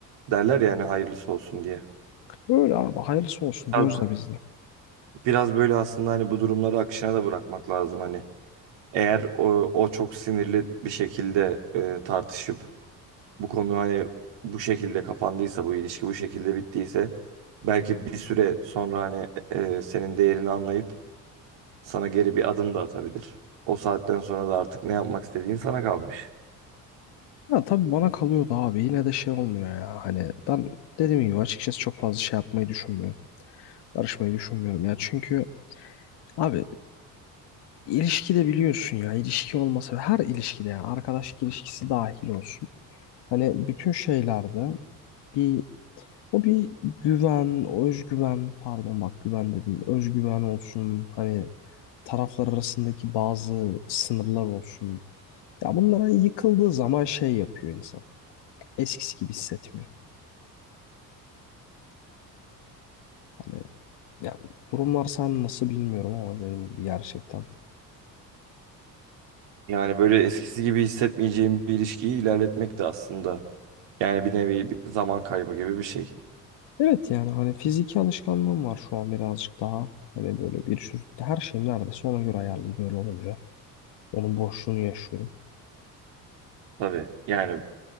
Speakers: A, on the right (about 60°); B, on the left (about 55°).
A: derler yani hayırlısı olsun diye.
B: öyle abi hayırlısı olsun
A: Biraz,
B: diyoruz da biz de.
A: biraz böyle aslında hani bu durumları akışına da bırakmak lazım hani. Eğer o, o çok sinirli bir şekilde e, tartışıp bu konu hani bu şekilde kapandıysa bu ilişki bu şekilde bittiyse belki bir süre sonra hani e, e, senin değerini anlayıp sana geri bir adım da atabilir. O saatten sonra da artık ne yapmak istediğin sana kalmış.
B: Ya tabii bana kalıyordu abi yine de şey olmuyor ya hani ben dediğim gibi açıkçası çok fazla şey yapmayı düşünmüyorum. Barışmayı düşünmüyorum ya çünkü abi ilişkide biliyorsun ya ilişki olmasa her ilişkide yani arkadaşlık ilişkisi dahil olsun. Hani bütün şeylerde bir O bir güven, özgüven, pardon bak güven dedim. Özgüven olsun, hani taraflar arasındaki bazı sınırlar olsun. Ya bunlara yıkıldığı zaman şey yapıyor insan. Eskisi gibi hissetmiyor. Hani yani durumlar sen nasıl bilmiyorum ama dediğim gibi gerçekten.
A: Yani böyle eskisi gibi hissetmeyeceğim bir ilişkiyi ilerletmek de aslında yani bir nevi bir zaman kaybı gibi bir şey.
B: Evet yani hani fiziki alışkanlığım var şu an birazcık daha. Hani böyle bir sürü her şeyim neredeyse ona göre ayarlıydı öyle olunca. Onun boşluğunu yaşıyorum.
A: Tabii yani